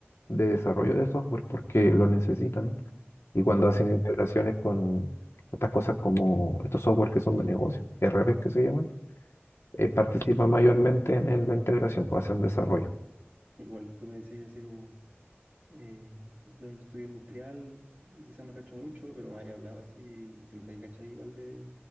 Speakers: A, on the left; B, on the right.
A: de desarrollo de software porque lo necesitan. Y
B: ya.
A: cuando hacen integraciones con estas cosas como estos software que son de negocio, RPs que se llaman, eh, participan mayormente en, en la integración, pues hacen desarrollo.
B: Igual tú me decías así como. Eh, pues, yo estudié industrial y quizás no cacho mucho, pero me había hablado así, se nota que cachai igual de,